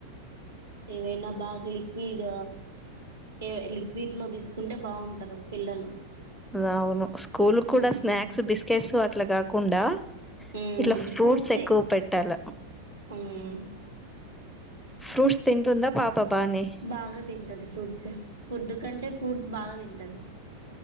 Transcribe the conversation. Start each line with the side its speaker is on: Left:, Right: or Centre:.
Right: ఏవైనా బాగా లిక్విడ్ ఏ లిక్విడ్ లో తీసుకుంటే బావుంటారు పిల్లలు
Centre: <unintelligible> అవును స్కూల్ కూడా
Right: మ్మ్
Centre: స్నాక్స్ బిస్కెట్స్ అట్ల గా కుండా
Right: మ్మ్
Centre: ఇట్లా ఫ్రూట్స్
Right: ఫ్రూట్సే
Centre: ఎక్కువ పెట్టాల
Right: మ్మ్
Centre: ఫ్రూట్స్ తింటుందా పాప బానే
Right: బాగా తింటది ఫ్రూట్స్ ఫుడ్ కంటే ఫ్రూట్స్ బాగా తిం టది